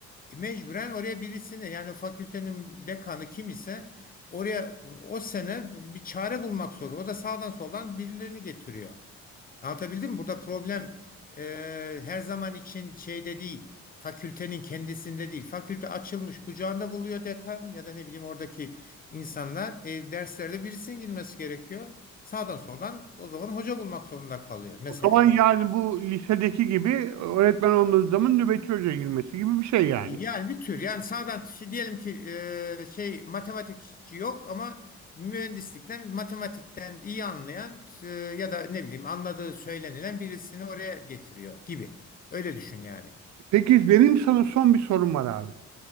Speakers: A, on the left (about 30°); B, on the right (about 65°).
A: E, Mecburen oraya birisini yani fakültenin dekanı kim ise oraya o sene bir çare bulmak zorunda. O da sağdan soldan birilerini getiriyor. Anlatabildim mi? Burada problem e, her zaman için şeyde değil. Fakültenin kendisinde değil. Fakülte açılmış kucağında buluyor dekan ya da ne bileyim oradaki insanlar. E, derslerde birisinin girmesi gerekiyor. Sağdan soldan o zaman hoca bulmak zorunda kalıyor mesela.
B: o zaman yani bu lisedeki gibi öğretmen olmadığı zaman nöbetçi hocaya girmesi gibi bir şey yani.
A: Yani bir tür yani sağdan şey diyelim ki e, şey matematikçi yok ama mühendislikten matematikten iyi anlayan e, ya da ne bileyim anladığı söylenilen birisini oraya getiriyor gibi. Öyle düşün yani.
B: Peki benim sana son bir sorum var abi.